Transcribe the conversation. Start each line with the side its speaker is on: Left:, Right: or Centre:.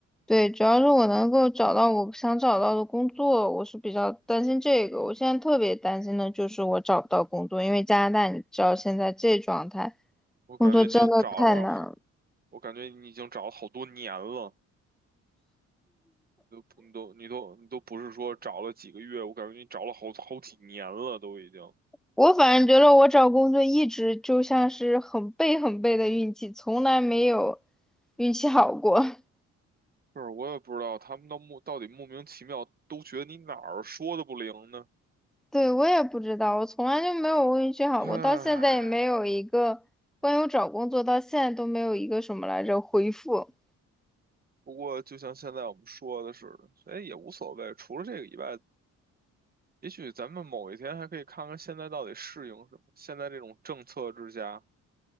Centre: 对，主要是我能够找到我想找到的工作，我是比较担心这个。我现在特别担心的就是我找不到工作，因为加拿大你知道现在这状态，
Right: 我感觉你已经找了，
Centre: 工作真的太难了。
Right: 我感觉你已经找了好多年了，你都你都你都你都不是说找了几个月，我感觉你找了好好几年了，都已经。
Centre: 我反正觉得我找工作一直就像是很背很背的运气，从来没有运气好过。<laughs>
Right: 是，我也不知道他们到莫到底莫名其妙都觉得你哪儿说的不灵呢。
Centre: 对，我也不知道，我从来就没有运气好过，
Right: 唉，
Centre: 到现在也没有一个关于我找工作到现在都没有一个什么来着回复。
Right: 不过就像现在我们说的似的，所以也无所谓。除了这个以外，也许咱们某一天还可以看看现在到底适应什么。现在这种政策之下，